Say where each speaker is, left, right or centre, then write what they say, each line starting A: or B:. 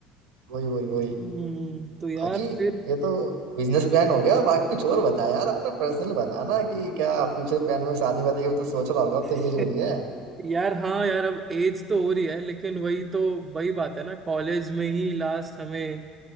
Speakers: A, on the right; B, on the right.
A: वही वही वही
B: हम्म तो यार
A: बाकी
B: फिर
A: ये तो बिजनेस प्लान हो गया बाकी कुछ और बता यार अपना पर्सनल बता ना कि क्या फ्यूचर प्लान में शादी वादी का भी तो सोच रहा होगा अब तो
B: <laughs>
A: एज हो रही है
B: यार हाँ यार अब एज तो हो रही है लेकिन वही तो वही बात है ना कॉलेज में ही लास्ट हमें